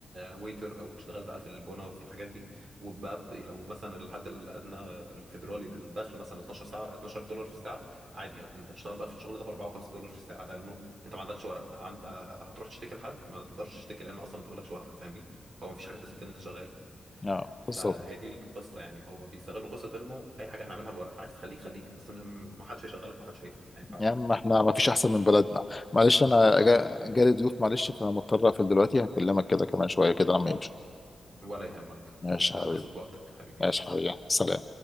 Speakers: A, on the right (about 50°); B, on the left (about 20°).
A: ويتر او تشتغل بقى في البنا وفي الحاجات دي وبقى ب- لو مثلا الحد الادنى الفيدرالي للدخل مثلا 12 ساعه 12 دولار في الساعه عادي هت- انت هتشتغل بقى في الشغل ده ب 4 و5 دولار في الساعه لانه انت ما عندكش ورق عند... هتروح تشتكي لحد ما تقدرش تشتكي لان اصلا انت مالكش ورق فاهمني فهو مفيش حاجه تثبت ان انت شغال
B: اه
A: فهي
B: بالظبط
A: دي القصه يعني هو بيستغلوا قصه انه اي حاجه هنعملها بورق فعايز تخليك خليك بس م- محدش هيشغلك محدش هيف- هينفعك
B: يا عم
A: يعني
B: احنا ما فيش احسن من بلدنا معلش انا
A: بالظبط
B: جا- جالي ضيوف معلش فمضطر اقفل دلوقتي هكلمك كده كمان شويه كده لما يمشوا
A: ولا يهمك
B: ماشي
A: اه،
B: يا حبيبي
A: اتبسط بوقتك حبيبي
B: ماشي
A: يلا سلام
B: حبيبي سلام